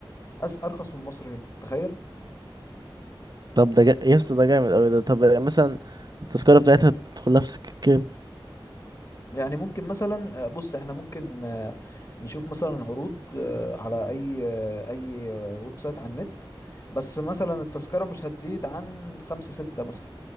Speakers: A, on the left (about 35°); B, on the right (about 50°).
A: أس أرخص من مصر هنا تخيل
B: طب ده جا... يا اسطى ده جامد اوي ده طب يعني مثلا التذكرة بتاعتها تدخلها في سكة كام
A: يعني ممكن مثلا آه، بص احنا ممكن آه، نشوف مثلا عروض آه، على اي آه، اي آه، ويب سايت على النت بس مثلا التذكرة مش هتزيد عن خمسة ستة مثلا